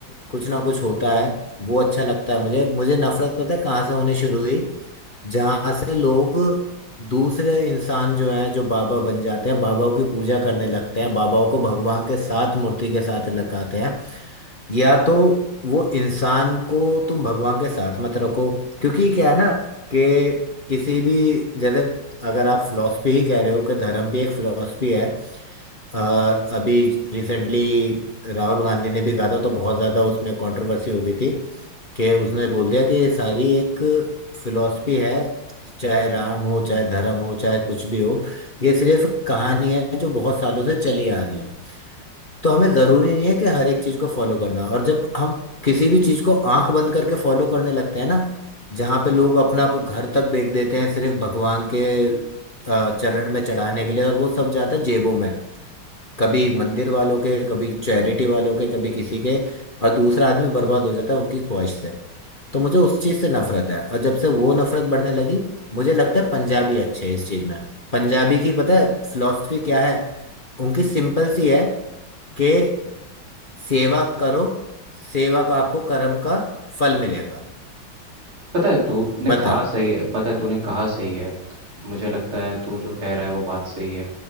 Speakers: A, on the left (about 30°); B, on the right (about 80°).
A: कुछ ना कुछ होता है वो अच्छा लगता है मुझे मुझे नफरत पता है कहाँ से होनी शुरू हुई जहां से लोग दूसरे इंसान जो हैं जो बाबा बन जाते हैं बाबाओं की पूजा करने लगते हैं बाबाओं को भगवान के साथ मूर्ति के साथ लगाते हैं या तो वो इंसान को तुम भगवान के साथ मत रखो क्योंकि क्या है ना कि किसी भी जैसे अगर आप फिलॉसफी ही कह रहे हो कि धर्म भी एक फिलॉसफी है और अभी रिसेंटली राहुल गांधी ने भी कहा था तो बहुत ज़्यादा उसमें कंट्रोवर्सी हो गई थी कि उसने बोल दिया कि ये सारी एक फिलॉसफी है चाहे राम हो चाहे धर्म हो चाहे कुछ भी हो ये सिर्फ कहानी है जो बहुत सालों से चली आ रही है तो हमें जरूरी नहीं है कि हर एक चीज को फॉलो करना और जब हम किसी भी चीज को आंख बंद करके फॉलो करने लगते हैं ना जहाँ पे लोग अपना घर तक बेच देते हैं सिर्फ भगवान के अ, चरण में चढ़ाने के लिए और वो सब जाता है जेबों में कभी मंदिर वालों के कभी चैरिटी वालों के कभी किसी के और दूसरा आदमी बर्बाद हो जाता है उनकी ख्वाहिश से तो मुझे उस चीज़ से नफरत है और जब से वो नफरत बढ़ने लगी मुझे लगता है पंजाबी अच्छे हैं इस चीज़ में पंजाबी की पता है फिलॉसफी क्या है उनकी सिंपल सी है कि सेवा करो सेवा का आपको कर्म का फल मिलेगा
B: पता है तूने
A: बता
B: कहा सही है पता है तूने कहा सही है मुझे लगता है तू जो कह रहा है वो बात सही है